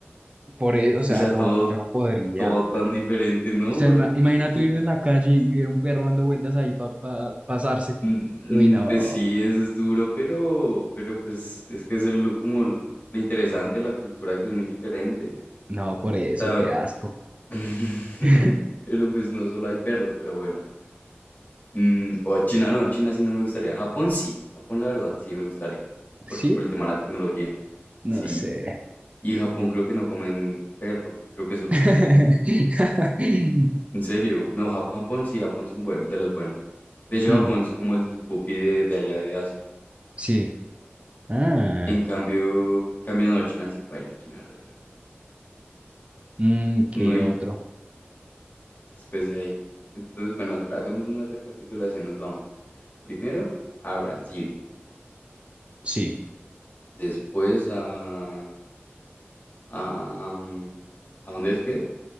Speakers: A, on the right; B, on the left.
A: Por eso, o sea,
B: O sea,
A: no,
B: todo,
A: yo no podría.
B: todo tan diferente, ¿no?
A: O sea,
B: Porque,
A: ima- imagínate
B: <laughs>
A: vivir en la calle y ver un perro dando vueltas ahí para pasarse.
B: n- n-
A: Uy, no,
B: pues sí, es duro, pero, pero pues es que es el- como lo interesante de la cultura que es muy diferente.
A: no, por eso,
B: O sea,
A: qué asco.
B: <laughs>
A: <laughs>
B: pero pues no solo hay perros, pero bueno. Mm, o China, no, China sí no me gustaría. Japón sí, Japón la verdad sí me gustaría, por,
A: ¿Sí?
B: por el tema de la tecnología. Sí,
A: No sé.
B: y Japón creo que no comen perro, creo que solo en China.
A: <laughs>
B: En serio, no, Jap- Japón sí, Japón son buenos, de los buenos. De hecho,
A: Hmm,
B: Japón es como el pupi de, de allá de Asia.
A: Sí. Ah,
B: En cambio, cambio no, China sí paila, China es re feo.
A: mm, ¿qué
B: No, y
A: otro?
B: después de ahí. Entonces, bueno, espera, hagamos una recapitulación, nos vamos. Primero a Brasil,
A: Sí.
B: después a, a, mm, ¿a dónde es que es?